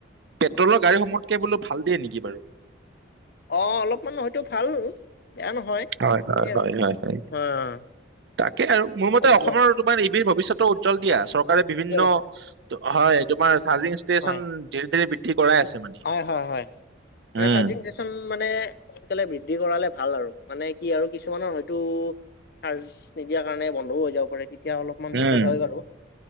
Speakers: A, on the right; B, on the left.
A: পেট্ৰলৰ গড়ীসমূতকে বোলো ভাল দিয়ে নেকি বাৰু?
B: অঁ অলপমান হয়তো ভাল, বেয়া নহয়।
A: হয় হয়
B: সেই আৰু
A: হয়,
B: অ',
A: তাকে আৰু মোৰ মতে
B: শব্দ
A: অসমৰ তোমাৰ ই ভি ভৱিষ্যতৰ উজ্জ্বল দিয়া চৰকাৰে বিভিন্ন
B: উজ্জ্বল আছে
A: হয় তোমাৰ চাৰ্জিং ষ্টেচন
B: হয়,
A: ধীৰে ধীৰে বিদ্ধি কৰাই‌ আছে মানে।
B: হয় হয় হয়, মানে
A: উম
B: চাৰ্জিং ষ্টে চন মানে সোনকালে বৃদ্ধি কৰালে ভাল আৰু, মানে কি আৰু কিছুমানৰ হয়তো চাৰ্জ নিদিয়াৰ কাৰণে বন্ধও হৈ যাব পাৰে। তেতিয়া অলপমান
A: উম,
B: বিপদ হয় বাৰু